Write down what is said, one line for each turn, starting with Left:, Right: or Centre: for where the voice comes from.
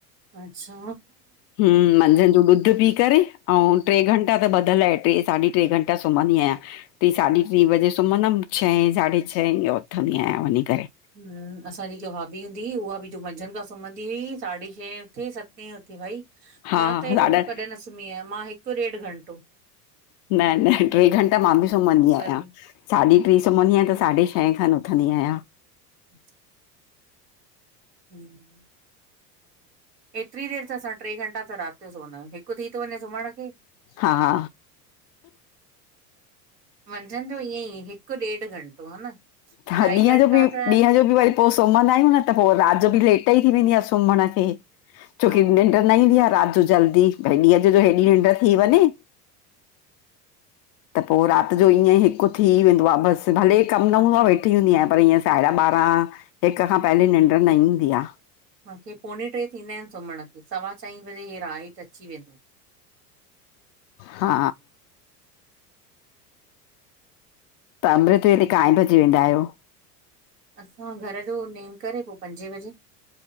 Right: अच्छा
Left: हुं मंझंदि जो ॾुध पी। करे, अऊं टे घंटा त ॿधल आहे, टे साढी टे घंटा सुम्हंदी आहियां त टी साढी टीं बजे सुम्हंदमि, छहें साढे छहें इहें उथंदी आहियां वञी करे।
Right: हूं, असांजी हिक भाभी हूंदी हुई, उहा बि जो मंझंदि खां सुम्हंदी हुई साढी छहें उथी, सतनी उथी भई
Left: हा
Right: मां त हेॾो,
Left: साढा
Right: कॾहिं न सुम्ही आहियां, मां हिकु ॾेढ घंटो।
Left: न- न टे घंटा मां बि सुम्हंदी
Right: दोपहर
Left: आहियां।
Right: में।
Left: साढी टीं सुम्हंदी आहियां, त साढे शहें खनि उथंदी आहियां।
Right: <inaudible> हुं। एतिरी देरि त असां टे घंटा, त राति जो सुमंदा आहियूं, हिकु थी थो वञे सुम्हण खे।
Left: हा।
Right: मंझंदि जो ईअं ई, हिकु ॾेढ घंटो हा न?
Left: हा
Right: ढाई
Left: ॾींहं
Right: घंटा
Left: जो बि,
Right: त
Left: ॾींहं जो बि वरी पो सुमंदा आहियूं न त पो राति जो बि लेट ई थी वेंदी आहे सुम्हण खे। छो
Right: हा
Left: कि निंड्र न ईंदी आ राति जो जल्दी। भई ॾींहं जो हेॾी निंड थी वञे। त पोइ राति जो ईअं हिकु थी वेंदो आ। बसि भले कम न
Right: मूंखे
Left: हूंदोआ मा वेठ तिल्दी आयां पर ईअं साहेड़ा ॿारहां हिक खां पहिले निंड न ईंददी आ।
Right: मूंखे पोणे टे थींदा आहिनि सुम्हण खे। सवा चईं बजे हे राइट अची वेंदो।
Left: हा। त अमृत। ते काय भजी वेंदा आहियो।
Right: असां घर जो नेम करे पोइ पंजे बजे।